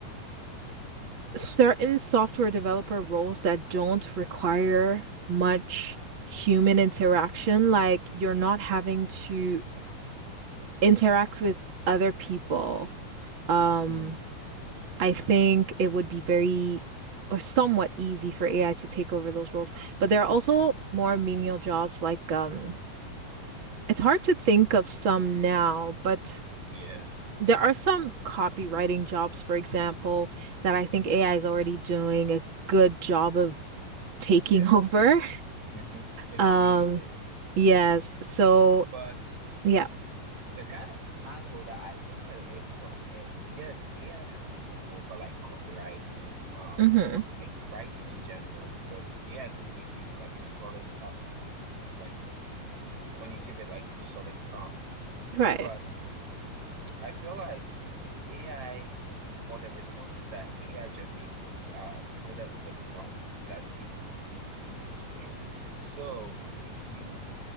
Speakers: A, on the right; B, on the right.
A: certain software developer roles that don't require much human interaction, like you're not having to interact with other people. Um,
B: mm,
A: I think it would be very or somewhat easy for AI to take over those roles. But there are also more menial jobs like um it's hard to think of some now, but
B: yes.
A: There are
B: Mm,
A: some copywriting jobs, for example, that I
B: Yeah.
A: think AI is already doing a good job
B: Mhm.
A: of taking
B: Yes.
A: <laughs> over.
B: Mhm. It
A: Um,
B: really is.
A: yes. So,
B: But
A: yeah.
B: The kind of angle that I look at it from is yes, AI has taken over like copywriting, um,
A: hmm
B: wr- like writing in general, because AI could give you like solid copy when when you give it like solid prompt.
A: Right.
B: But I feel like AI or the responses that AI generates for you are as good as the prompts that you you feed to it. So if you